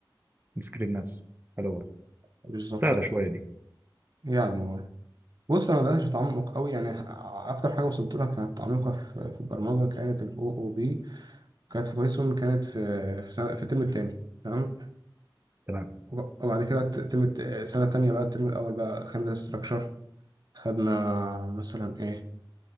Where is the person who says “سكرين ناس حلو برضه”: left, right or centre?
Right